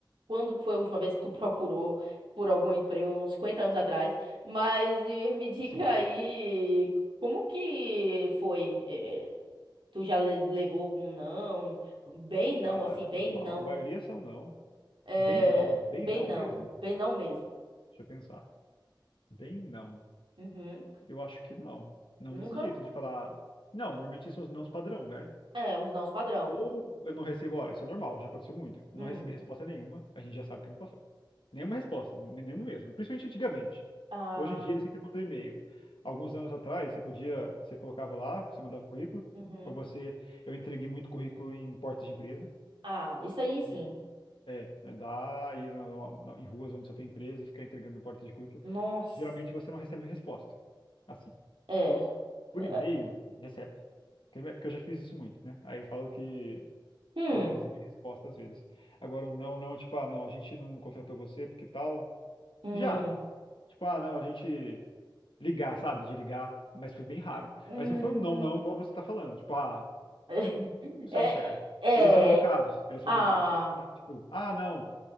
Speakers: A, on the right; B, on the left.
A: quando foi a última vez que tu procurou por algum emprego, uns 50 anos atrás, mas eh, me <laughs> diga
B: <laughs> Assim,
A: aí como que foi? Eh, Tu já le- levou algum não? Bem não,
B: Ah,
A: assim, bem
B: normal.
A: não.
B: A maioria são não.
A: É,
B: Bem não, bem
A: bem
B: não
A: não.
B: mesmo.
A: Bem não mesmo.
B: Deixa eu pensar. Bem não.
A: Uhum.
B: Eu acho que não. Não
A: Nunca?
B: desse jeito de falar. Não, normalmente são os nãos padrão, né?
A: É, os nãos padrão.
B: Ou eu não recebo, ó, isso é normal, já aconteceu muito. não
A: Hum.
B: recebi resposta nenhuma, a gente já sabe que não passou. Nenhuma resposta, n- nenhum mesmo, principalmente antigamente.
A: Ah,
B: Hoje em dia ele sempre manda um e-mail. Alguns anos atrás, você podia, você colocava lá, você mandava o currículo,
A: uhum.
B: ou você, eu entreguei muito currículo em portas de empresa,
A: Ah, isso aí sim.
B: e é, é dá aí no- no- em ruas onde só tem empresa e ficar entregando em porta de currículo.
A: Nossa.
B: Geralmente você não recebe resposta. Assim,
A: É.
B: por
A: É,
B: e-mail, recebe. Porque é porque eu já fiz isso muito, né? Aí eu falo que
A: Hum.
B: não recebi resposta às vezes. Agora, um não, não, tipo, ah, não, a gente não contratou você porque tal.
A: Hum.
B: Já. Tipo, ah, não, a gente ligar, sabe? De ligar, mas foi bem raro.
A: Hum.
B: Mas não foi um não, não, igual você tá falando. Tipo, ah,
A: <laughs>
B: você
A: É.
B: não serve.
A: É.
B: Eles são educados. Eles são,
A: Ah.
B: geralmente- né? tipo, ah, não,